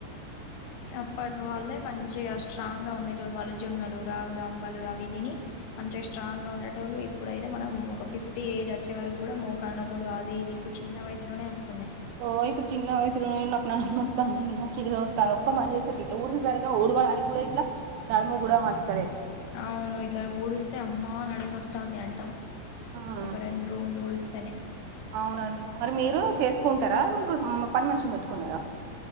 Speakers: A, on the left (about 90°); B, on the right (about 75°).
A: అప్పటి వాల్లే మంచిగా స్ట్రాంగ్ గా ఉండేటోళ్లు వాళ్లు జొన్నలు, రాగులు, అంబలు అవి తిని మంచిగా స్ట్రాంగ్ గా ఉండేటోళ్లు ఇప్పుడైతే మనం ఒక ఫిఫ్టీ ఏజ్ వచ్చే వరకు కూడా మోకాల నొప్పులు అది ఇది ఇప్పుడు చిన్న వయసులోనే వస్తున్
B: ఓ ఇప్పుడు చిన్న వయసులోనే నాకు నడుము నోస్తు నొస్తాందీ నాకు ఇది నొస్తాందీ ఒక్క పని చేసే సరికి ఇట్ల ఊడ్చేసరికి ఊడవడానికి కూడా ఇట్ల నడుము గూడ వచ్చి
A: అవును ఇట్ల ఊడిస్తే ఆ అమ్మా నడము నొస్ నొస్తాంది అంటాం.
B: ఆ
A: ఒక రెండు రూములు ఊడిస్తే ఇతనే
B: అవునండి మరి మీరు చేసుకుంటారా? ముగ్గురు హుమ్ పనిమనిషినీ పెట్టుకున్నారా